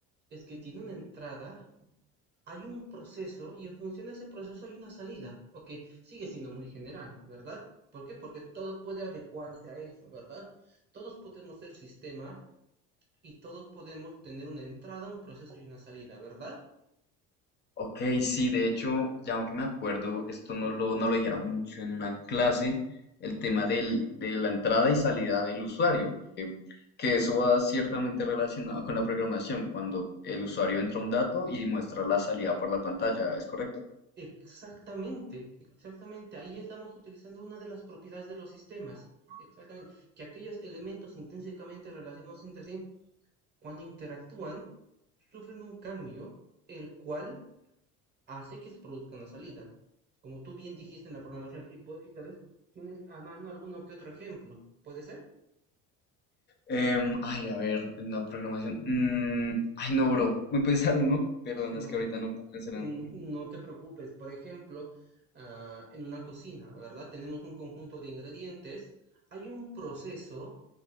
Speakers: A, on the right (about 30°); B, on the left (about 30°).
A: es que tiene una entrada hay un proceso y en función de ese proceso hay una salida, ok, sigue siendo muy general, ¿verdad? ¿Por qué? Porque todo puede adecuarse a eso, ¿verdad? Todos podemos ser sistema y todos podemos tener una entrada, un proceso y una salida, ¿verdad?
B: Ok, sí, de hecho, ya que me acuerdo, esto no lo, no lo dijeron mucho en una clase, el tema del, de la entrada y salida del usuario, que, que eso va ciertamente relacionado con la programación, cuando el usuario entra a un dato y muestra la salida por la pantalla, ¿es correcto?
A: Exactamente, exactamente. Ahí estamos utilizando una de las propiedades de los sistemas. Exactamente. Que aquellos elementos intrínsecamente relacionados entre sí, cuando interactúan, sufren un cambio, el cual hace que se produzca una salida. Como tú bien dijiste en la programación, sí, pues, y tal vez tienes a mano alguno que otro ejemplo, ¿puede ser?
B: Em, ay, a ver, en la programación. mm, ay, no, bro, me <laughs> pensaron, ¿no? Perdón,
A: No
B: es que
A: te-
B: ahorita no puedo pensar
A: Mm,
B: en algo.
A: No te preocupes, por ejemplo, ah, en una cocina, ¿verdad? Tenemos un conjunto de ingredientes, hay un proceso,